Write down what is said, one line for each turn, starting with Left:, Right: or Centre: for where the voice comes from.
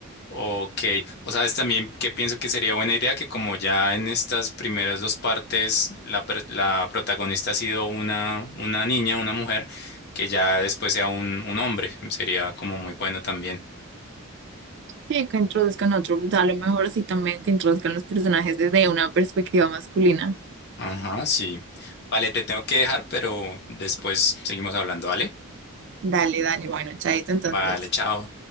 Left: Ok. O sabes también que pienso que sería buena idea que como ya en estas primeras dos partes la, per- la protagonista ha sido una, una niña, una mujer, que ya después sea un, un hombre. Sería como muy bueno también.
Right: Sí, que introduzcan otro, a lo mejor sí también que introduzcan los personajes desde una perspectiva masculina.
Left: Ajá, sí. Vale, te tengo que dejar, pero después seguimos hablando, ¿vale?
Right: Dale, dale, bueno, chaito entonces.
Left: Vale, chao.